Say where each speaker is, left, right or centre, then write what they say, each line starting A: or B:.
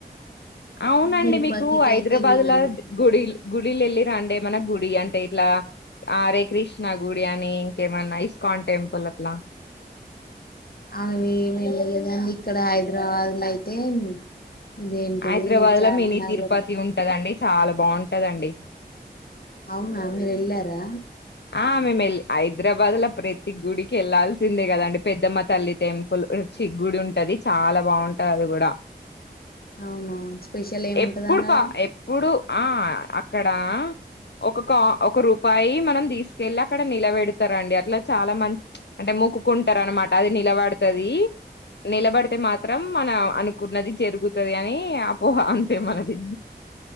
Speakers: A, on the left; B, on the left.
A: అవునండి
B: తిరుపతికి
A: మీకు హైదరాబాద్లో
B: అయితే వెళ్ళాము
A: గుడిల్ గుడిలు ఏళ్ళిరా అండి ఏమైనా గుడి అంటే ఇట్లా ఆరే కృష్ణ గుడి అని ఇంకేమన్నా ఇస్కాన్ టెంపుల్ అట్లా
B: అవేమి వెళ్ళలేదండి ఇక్కడ హైదరాబాద్లో అయితే ఇదేంటిది
A: హైదరాబాద్లో
B: చార్మినగర్
A: మినీ తిరుపతి ఉంటదండి చాలా బొంటదండి
B: అవునా మీరేల్లారా
A: ఆ మేమెల్ హైదరాబాద్లో ప్రతి గుడికి ఎళ్ళాల్సిందే కదండి పెద్దమ్మ తల్లి టెంపుల్ చి గుడుంటాది చాలా బొంటది అది కూడా
B: అవునా స్పెషల్ ఏముంటదండి
A: ఎప్పుడు
B: ఆడ
A: పా ఎప్పుడు ఆ అక్కడ ఒకక ఒక రూపాయి మనం తీస్ కెళ్ళి అక్కడ నిలబెడతారండి అట్లా చాలా మం అంటే మొక్కుకుంటారు అనమాట అది నిలబడతాది నిలబడితే మాత్రం మనం అనుకున్నది జరుగుతుంది అని అపోహ అంతే మనది